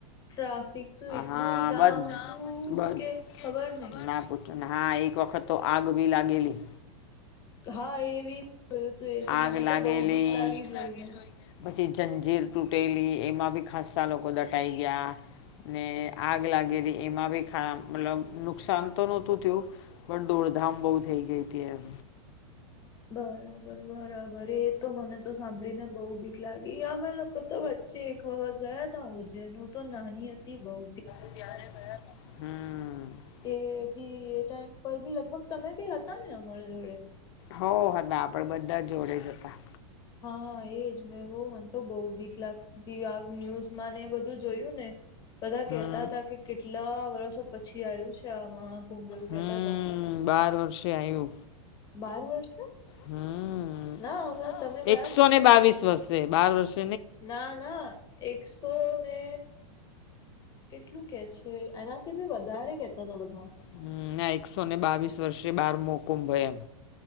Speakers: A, on the left; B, on the left.
A: ટ્રાફિક તો એટલું
B: હા
A: જામ
B: બધ
A: હતું
B: બધ
A: કે ખબર નઈ
B: ના પૂછો હા, એક વખત તો આગ બી લાગેલી.
A: હા એ બી જોયું તું એ તો
B: આગ
A: મને તો
B: લાગેલી
A: બહુ બીક લાગી જોઈને
B: પછી જંજીર તૂટેલી એમાં બી ખાસ્સા લોકો દટાઈ ગયા ને આગ લાગેલી એમાં બી ખાસ, મતલબ નુકસાન તો નહોતું થયું. પણ દોડધામ બહુ થઇ ગઈ હતી એમ
A: બરાબર, બરાબર, એ તો મને તો સાંભળીને બઉ બી- લાગી. અમે લોકો તો વચ્ચે એક વખત ગયા તા ઉજ્જૈન હું તો નાની હતી બવ
B: ત્યારે ગયાતા. હમ્મ
A: એ બી એ ટાઈમ પર બી લગભગ તમે બી હતા ને અમારી જોડે
B: હો હતા આપડે બધા જોડે જ હતા.
A: હા એજ મેં બઉ મન તો બઉ બીક લાગ બધી આ ન્યુઝમાંને બધું જોયું ને બધા
B: હમ
A: કેહતા હતાકે, કેટલા વર્ષો પછી આવ્યું છે આ મહા કુંભ એવું.
B: હમ્મ,
A: કેતા હતા
B: બાર વર્ષે આયુ.
A: બાર વર્ષે
B: હમ્મ,
A: ના હમણાં તમે ગયા
B: એકસો
A: તા
B: ને બાવીસ વર્ષે, બાર વર્ષ
A: ના ના એકસો ને કેટલું કહે છે એનાથી પણ વધારે કહેતા હતા, બધા.
B: હમ ના એકસો ને બાવીસ વર્ષે બારમો કુંભ હોય એમ